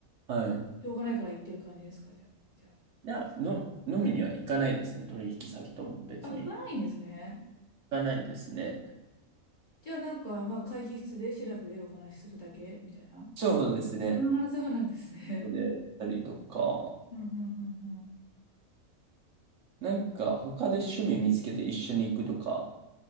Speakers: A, on the right; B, on the left.
A: はい。
B: しょうがないから行ってる感じですか、じゃあ。じゃ
A: いや、の、飲みには行かないですね。取引先とも別に。
B: あ、あ、行かないんですね。
A: 行かないですね。
B: じゃあなんか、まあ、会議室でシラフでお話しするだけみたいな。
A: そうですね。
B: ああ、<laughs> そうなんですね。
A: で、やったりとか、
B: うん、うん、うん、うん。
A: なんか他で趣味見つけて一緒に行くとか、